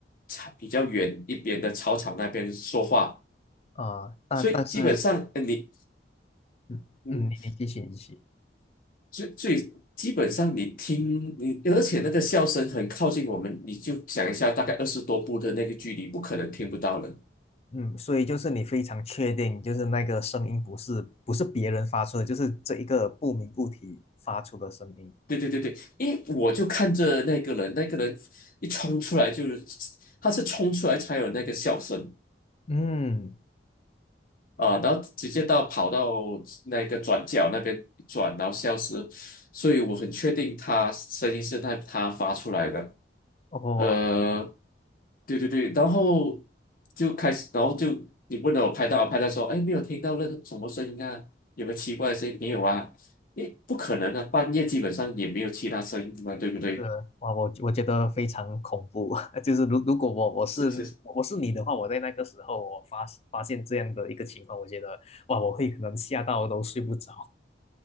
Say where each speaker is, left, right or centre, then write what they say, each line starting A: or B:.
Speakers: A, on the left (about 50°); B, on the left (about 35°).
A: 草比较远一边的操场那边说话，
B: 啊，但但是，
A: 所以基本上，呃你。
B: 嗯嗯，
A: 嗯
B: 你你继续你继续，
A: 最最基本上你听你，而且那个笑声很靠近我们，你就想一下，大概二十多步的那个距离，不可能听不到了。
B: 嗯，所以就是你非常确定，就是那个声音不是不是别人发出的，就是这一个不明物体发出的声音。
A: 对对对对，因为我就看着那个人，那个人一冲出来就是，他是冲出来才有那个笑声
B: 嗯，
A: 啊，然后直接到跑到那个转角那边一转，然后消失，所以我很确定他声音是他他发出来的。
B: 哇、
A: 呃，对对对，然后就开始，然后就你问了我拍到，我拍到说，哎，没有听到那个什么声音啊，有没有奇怪的声音？没有啊，诶，不可能啊，半夜基本上也没有其他声音嘛，对不对？
B: 是哇，我我觉得非常恐怖。<laughs> 就是如如果我我是我是你的话，
A: 是是是，
B: 我在那个时候我发发现这样的一个情况，我觉得哇，我会可能吓到都睡不着。